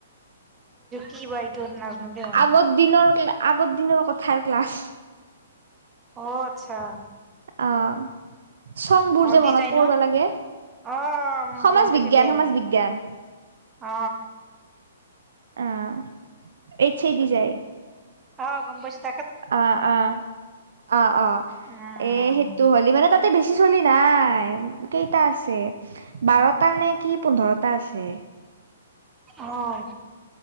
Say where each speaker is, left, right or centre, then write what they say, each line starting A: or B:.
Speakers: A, on the right; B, on the right.
A: কি বাইটোৰ নাজ ন দে মই।
B: আগৰ দিনৰ আগৰ দিনৰ কথাই ক্লাছ।
A: অ আচ্ছা।
B: অহ। চংবোৰ
A: হ
B: যে
A: দি
B: মনত
A: যায়
B: পৰিব
A: ন'
B: লাগে
A: অ', মোৰ
B: সমাজ
A: গম পাইছো
B: বিজ্ঞান
A: দে
B: সমাজ বিজ্ঞান।
A: অ।
B: অহ। এই চ দি
A: অ',
B: যায়।
A: দে অ গম পাই ছো।
B: অ অ অ অ
A: অ',
B: এ সেইটো হ'লে মানে তাতে বেছি। চলি নাই কেইটা আছে বাৰটা নে কি পোন্ধৰটা আছে।
A: হয়।